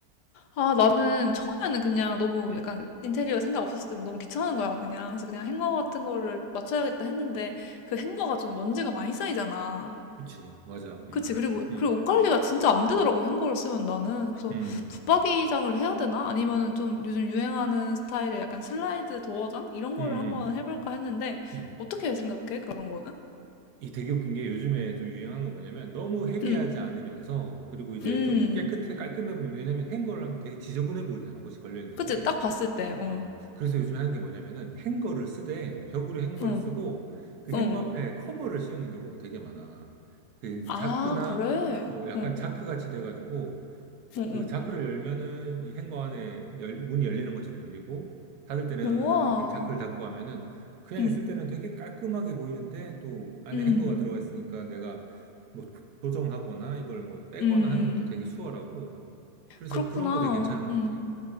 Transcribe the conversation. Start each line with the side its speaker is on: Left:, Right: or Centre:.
Left: 아, 나는 처음에는 그냥 너무 약간 인테리어 생각 없었을 때는 너무 귀찮은 거야, 그냥. 그래서 그냥 행거 같은 거를 맞춰야겠다 했는데 그 행거가 좀 먼지가 많이 쌓이잖아.
Right: 그치, 맞아. 음,
Left: 그치. 그리고,
Right: 음,
Left: 그리고 옷 관리가 진짜 안 되더라고, 행거를 쓰면 나는. 그래서,
Right: 음,
Left: 붙박이장을 해야 되나? 아니면은 좀 요즘 유행하는 스타일의 약간 슬라이드 도어장? 이런
Right: 음,
Left: 거를 한번
Right: 음.
Left: 해볼까 했는데,
Right: 음.
Left: 어떻게 생각해? 그런 거는?
Right: 이 되게 웃긴 게 요즘에 좀 유행하는 거 뭐냐면 너무 헤비하지
Left: 음,
Right: 않으면서, 그리고 이제
Left: 음.
Right: 좀 깨끗해, 깔끔해 보면, 왜냐면 행거를 하면 되게 지저분해 보이잖아. 옷이 걸려 있는
Left: 그치.
Right: 게.
Left: 딱 봤을 때, 어,
Right: 어, 그래서 요즘에 하는 게 뭐냐면은 행거를 쓰되 벽으로 행거를
Left: 어,
Right: 쓰고 그 행거
Left: 어.
Right: 앞에 커버를 씌우는 경우가 되게 많아. 그
Left: 아,
Right: 자크나
Left: 그래?
Right: 뭐 약간
Left: 어, 어,
Right: 자크 같이 돼가지고
Left: 어.
Right: 그 자크를 열면은 이 행거 안에 열, 문이 열리는 것처럼 열리고 닫을 때는
Left: 우와.
Right: 이렇게 자크를 닫고 하면은 그냥
Left: 음,
Right: 있을 때는 되게 깔끔하게 보이는데 또 안에
Left: 음,
Right: 행거가 들어가 있으니까 내가 뭐 조정하거나 이걸 뭐 빼거나
Left: 음.
Right: 하는 것도 되게 수월하고 그래서
Left: 그렇구나.
Right: 그런 거 되게 괜찮은 것
Left: 음.
Right: 같아.